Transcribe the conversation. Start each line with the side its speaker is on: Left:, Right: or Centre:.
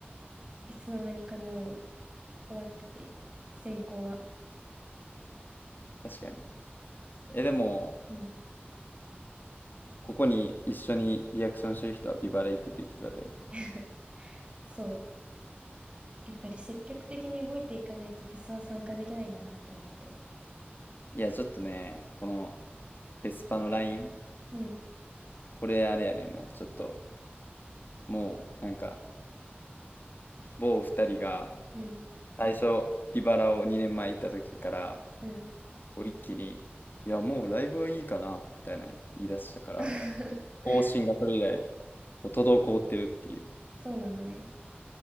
Right: いつの間にかもう終わってて、選考は。
Left: 確かに。え、でも、
Right: うん。
Left: ここに一緒にリアクションしてる人はビバラ行くって言ってたで。
Right: <laughs> そう。やっぱり積極的に動いていかないとフェスは参加できないんだなって思ったよ。
Left: いや、ちょっとね、この、フェスパのライン
Right: うん、
Left: これあれやねんね。ちょっと、もう、なんか、某二人が
Right: うん、
Left: 最初ビバラを2年前行った時から
Right: うん。
Left: こう一気に「いやもうライブはいいかな」みたいな言い出したから
Right: <laughs>
Left: 方針がそれ以来こう滞ってるっていう
Right: そうなのね。